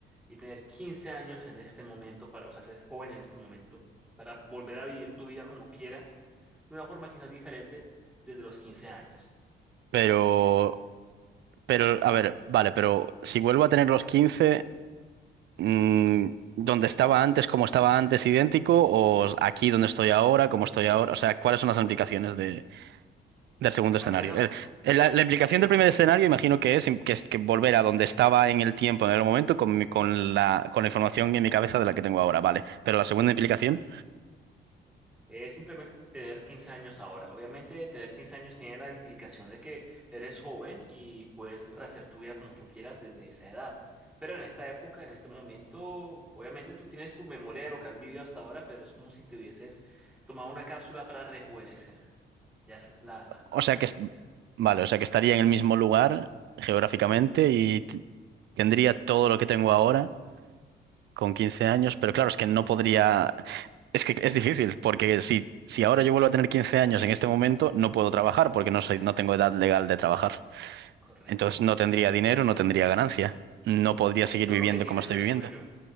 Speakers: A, in the centre; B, on the right.
A: y tener 15 años en este momento, para, o sea, ser joven en este momento, para volver a vivir tu vida como quieras, de una forma quizás diferente desde los 15 años.
B: Pero,
A: Comienza.
B: pero, a ver, vale, pero si vuelvo a tener los 15 mm, ¿dónde estaba antes, como estaba antes, idéntico? ¿O aquí donde estoy ahora, como estoy ahora? O sea, ¿cuáles son las implicaciones de Del segundo
A: Bueno,
B: escenario.
A: en, a-
B: El- el-
A: en,
B: la, la implicación
A: en-
B: del primer escenario, imagino que es, im- que es que volver a donde estaba en el tiempo, en el momento, con, mi- con la, con la información en mi cabeza de la que tengo ahora, vale. Pero la segunda implicación,
A: correcto. Es simplemente tener 15 años ahora. Obviamente, tener 15 años tiene la implicación de que eres joven y puedes rehacer tu vida como tú quieras desde esa edad. Pero en esta época, en este momento, obviamente tú tienes tu memoria de lo que has vivido hasta ahora, pero es como si te hubieses tomado una cápsula para rejuvenecer. Ya esa es la, la, la
B: o
A: única
B: sea que,
A: premisa.
B: es- vale, o sea que estaría en el mismo lugar geográficamente y t- tendría todo lo que tengo ahora con 15 años, pero claro, es que no podría, es que es difícil, porque si, si ahora yo vuelvo a tener 15 años en este momento, no puedo trabajar porque no soy, no tengo edad legal de trabajar.
A: Correcto.
B: Entonces no tendría dinero, no tendría ganancia. No podría seguir
A: Y todo
B: viviendo
A: lo que tienes
B: como estoy
A: no es
B: viviendo.
A: tuyo.